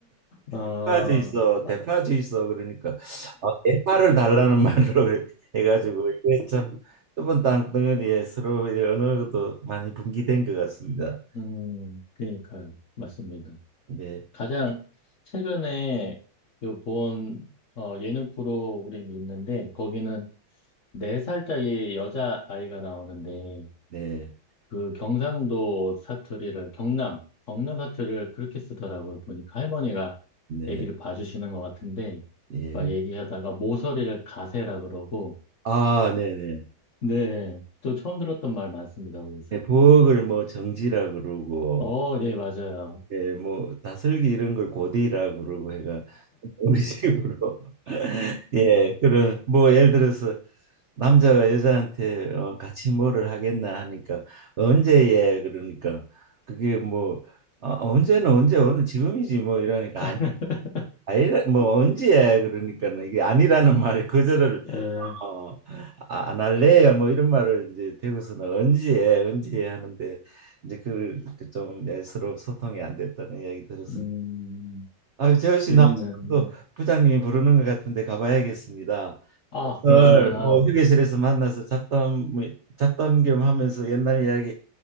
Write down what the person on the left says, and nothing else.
어,
아,
음, 그니까요. 맞습니다.
가장 최근에 그 본, 어, 예능 프로그램이 있는데, 거기는 네살짜리 여자아이가 나오는데,
그 경상도 사투리를, 경남, 경남 사투리를 그렇게 쓰더라고요. 보니까 할머니가
얘기를 봐주시는 것 같은데,
막 얘기하다가 모서리를 가세라 그러고,
네, 또 처음 들었던 말 많습니다, 거기서.
어, 네, 맞아요.
<laughs>
에,
음,
재밌는.
아,
그러시구나.